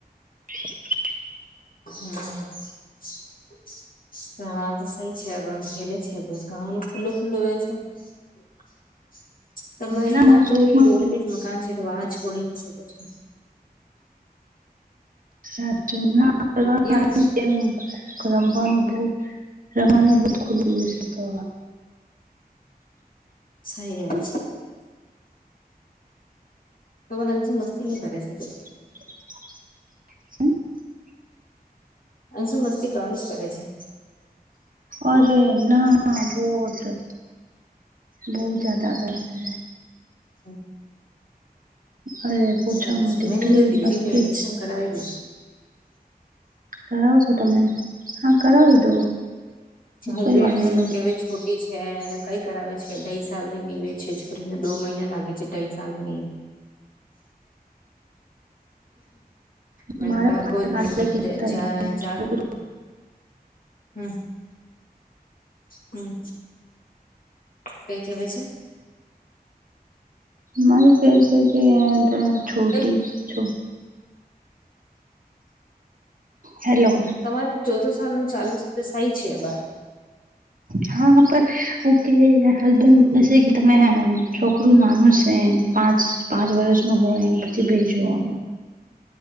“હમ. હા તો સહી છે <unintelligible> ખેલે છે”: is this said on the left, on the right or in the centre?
Left